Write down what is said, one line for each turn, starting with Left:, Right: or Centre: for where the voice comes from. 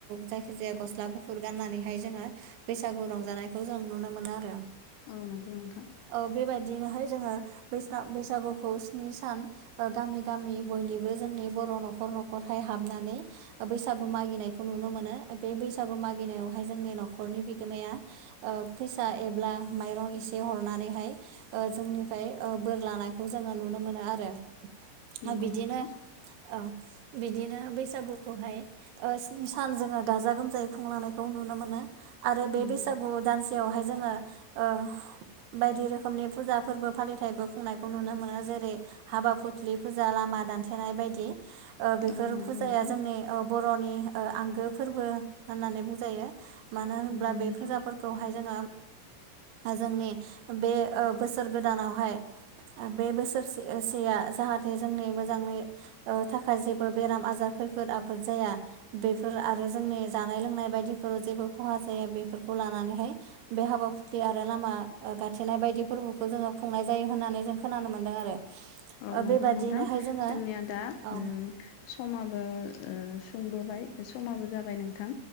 Right: जायखि जाया गस्ला गुफ फुर गाननानैहाय जोङो बैसागु रंजानायखौ जों नुनो मोनो आरो।
Left: औ नंगौ नोंथां।
Right: ओ बेबायदिनोहाय जोङो बैसा-बैसागुखौ स्नि सान ओ गामि गामि बयनिबो जोंनि बर' न'खर न'खरहाय हाबनानै बैसागु मागिनायखौ नुनो मोनो बे बैसागु मागिनायावहाय जोंनि न'खरनि बिग गोमाया ओ फैसा एब्ला माइरं एसे हरनानैहाय जोंनिफ्राय बोर लानायखौ जोङो नुनो मोनो आरो।
Left: नंगौ
Right: बिदिनो
Left: नोंथां
Right: औ बिदिनो बैसागुखौहाय ओ स्नि सान जोङो गाजा गोमजायै खुंलांनायखौ नुनो मोनो आरो बे
Left: उम
Right: बैसागु दानसेयावहाय जोङो ओ बायदि रोखोमनि फुजा फोरबो फालिथायाइबो खुंनायखौ नुनो मोनो जेरै हाबा फुथलि फुजा लामा दानथेनाय बायदि ओ बेफोर
Left: औ नंगौ
Right: फुजाया
Left: नोंथां
Right: जोंनि बर'नि आंगो फोरबो होननानै बुंजायो। मानो होनब्ला
Left: नंगौ
Right: बे
Left: नोंथां
Right: फुजाफोरखौहाय जोङो जोंनि बे ओ बोसोर गोदानावहाय बे बोसोरसे सेया जाहाथे जोंनि मोजाङै ओ थाखाय जेबो बेराम आजार खैफोद आफोद जाया बेफोर आरो जोंनि जानाय लोंनाय बायदिफोराव जेबो खहा जाया बेफोरखौ लानानैहाय बे हाबाफुथि आरो लामा गाथेनाय बायदि फोरबोखौ जोङो खुंनाय जायो होननानै जों खोनानो मोन्दों आरो।
Left: औ नंगौ
Right: बेबादियैनोहाय
Left: नोंथां
Right: जोङो
Left: जोंनिया दा
Right: औ
Left: उम समाबो सुंबोबाय समाबो जाबाय नोंथां